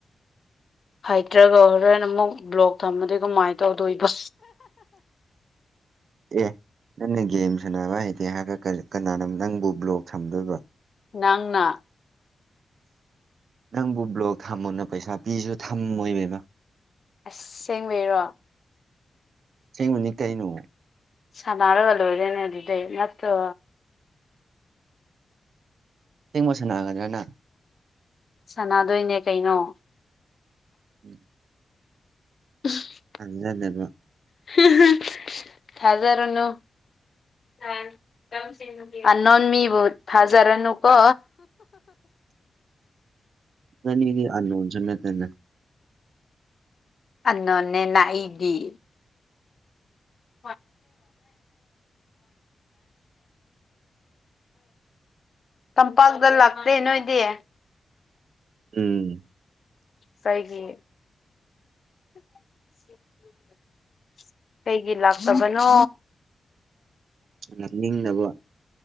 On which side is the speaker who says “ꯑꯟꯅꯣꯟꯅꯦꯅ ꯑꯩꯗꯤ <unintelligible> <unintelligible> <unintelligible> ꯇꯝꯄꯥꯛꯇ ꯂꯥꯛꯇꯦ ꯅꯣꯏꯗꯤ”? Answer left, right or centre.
Left